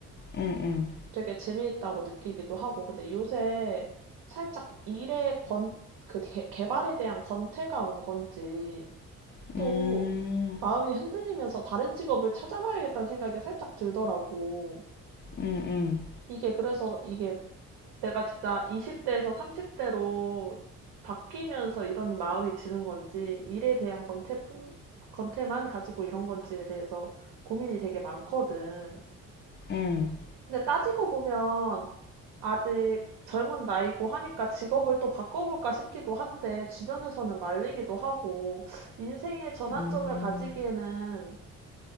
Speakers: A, on the left; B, on the right.
A: 음,
B: 되게 재미있다고 느끼기도 하고. 근데 요새 살짝 일에 권, 그 개, 개발에 대한 권태가 온 건지
A: 음,
B: 또
A: 음,
B: 마음이 흔들리면서 다른 직업을 찾아봐야겠다는 생각이 살짝 들더라고.
A: 음,
B: 이게 그래서 이게 내가 진짜 20대에서 30대로 바뀌면서 이런 마음이 드는 건지, 일에 대한 권태뿐, 권태만 가지고 이런 건지에 대해서 고민이 되게 많거든.
A: 음, 음,
B: 근데 따지고 보면 아직 젊은 나이고 하니까 직업을 또 바꿔볼까 싶기도 한데, 주변에서는 말리기도 하고, 인생의 전환점을
A: 음.
B: 가지기에는